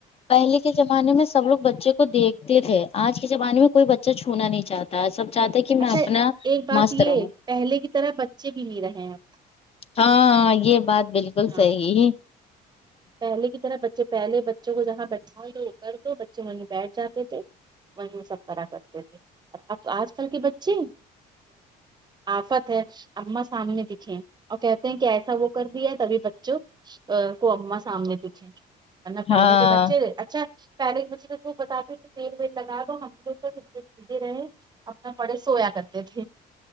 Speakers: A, on the left; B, on the right.
A: پہلے کے زمانے میں سب لوگ بچے کو دیکھتے تھے آج کے زمانے میں کوئی بچہ چھونا نہیں چاہ تا سب چاہتے ہیں کہ میں
B: اچھا
A: اپنا
B: ایک بات
A: مست
B: یہ
A: رہوں
B: پہلے کی طرح بچے بھی نہیں رہے اب
A: ہاں یہ بات بالکل
B: اب، ہاں
A: صحیح
B: پہلے کی طرح بچے پہلے بچوں کو جہاں بیٹھا دو وہ کر دو بچے وہیں بیٹھ جاتے تھے وہی سب کرا کرتے تھے اور اب آج کل کے بچے آفت ہے اما سامنے دکھے اور کہتے ہیں کہ ایسا وہ کر دیا ہے تبھی بچوں ا کو اما سامنے دکھے ورنہ پہلے
A: ہاں
B: کے بچے اچھا پہلے کے بچے بتاتے تیل ویل لگا دو ہم لگ سھے رہے ہیں اپنا پڑے سویا کرتے تھے